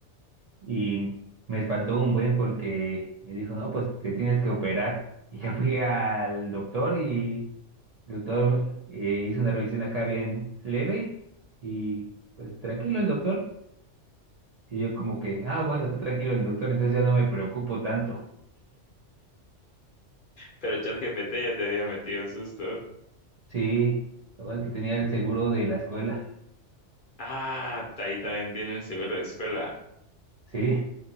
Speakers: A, on the right; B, on the left.
A: y me espantó un buen porque me dijo, no, pues te tienes que operar. Y ya fui al doctor y El doctor eh, hizo una revisión acá bien leve y pues tranquilo el doctor. Y yo como que, ah, bueno, está tranquilo el doctor, entonces ya no me preocupo tanto.
B: Pero ChatGPT ya te había metido el susto.
A: Sí, lo bueno es que tenía el seguro de la escuela.
B: Ah, ahí también tienen seguro de escuela.
A: Sí,